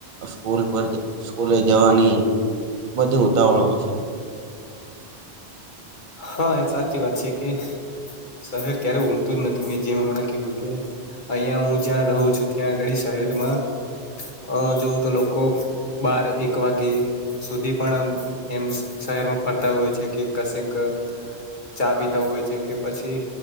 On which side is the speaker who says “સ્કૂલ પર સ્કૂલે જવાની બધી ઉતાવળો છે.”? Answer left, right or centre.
Right